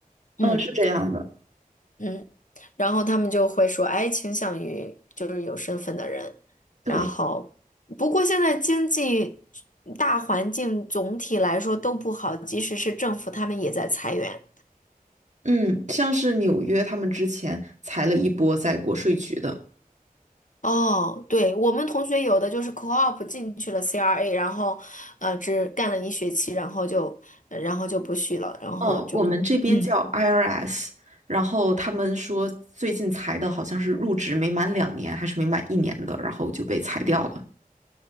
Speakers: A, on the left; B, on the right.
A: 嗯
B: 嗯，是这样的。
A: 嗯。然后他们就会说，哎，倾向于就是有身份的人。
B: 对，
A: 然后，不过现在经济大环境总体来说都不好，即使是政府，他们也在裁员。
B: 嗯，像是纽约他们之前裁了一波在国税局的，
A: 哦，对，我们同学有的就是 co-op 进去了 CRA，然后，呃，只干了一学期，然后就，呃然后就不续了，然后就，
B: 哦，我们这边叫
A: 嗯，
B: IRS，然后他们说最近裁的好像是入职没满两年还是没满一年的，然后就被裁掉了。